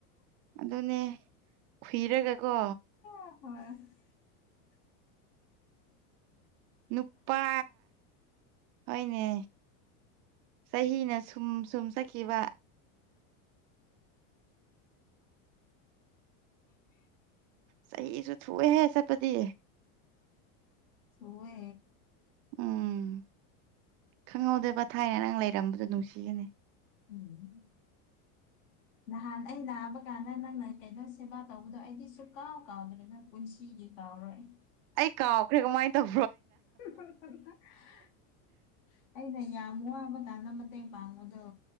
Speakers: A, on the right (about 40°); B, on the left (about 65°).
A: ꯑꯗꯨꯅꯦ ꯈꯨꯏꯔꯒ ꯀꯣ
B: ꯍꯣꯏ
A: ꯅꯨꯄꯥ ꯍꯣꯏꯅꯦ ꯆꯍꯤꯅ ꯁꯨꯝ ꯁꯨꯝ ꯆꯠꯈꯤꯕ
B: <inaudible>
A: ꯆꯍꯤꯁꯨ ꯊꯨꯑꯦꯍꯦ ꯆꯠꯄꯗꯤ
B: ꯊꯨꯋꯦ
A: ꯎꯝ ꯈꯪꯍꯧꯗꯦꯕ ꯊꯥꯏꯅ ꯅꯪ ꯂꯩꯔꯝꯕꯗꯣ ꯅꯨꯡꯁꯤꯌꯦꯅꯦ
B: ꯎꯝ ꯅꯍꯥꯟ ꯑꯩ ꯅꯥꯕ ꯀꯥꯟꯗ ꯅꯪꯅ ꯀꯩꯅꯣ ꯁꯦꯕꯥ ꯇꯧꯕꯗꯣ ꯑꯩꯗꯤ ꯁꯨꯀꯥꯎ ꯀꯥꯎꯗ꯭ꯔꯤ ꯅꯪ ꯄꯨꯟꯁꯤꯒꯤ ꯒꯤ ꯀꯥꯎꯔꯣꯏ
A: ꯑꯩ ꯀꯥꯎꯈ꯭ꯔꯦ ꯀꯃꯥꯏ ꯇꯧ
B: <unintelligible> ꯑꯩꯅ ꯌꯥꯝ ꯋꯥꯕ ꯀꯥꯟꯗ ꯃꯇꯦꯡ ꯄꯥꯡꯕꯗꯨ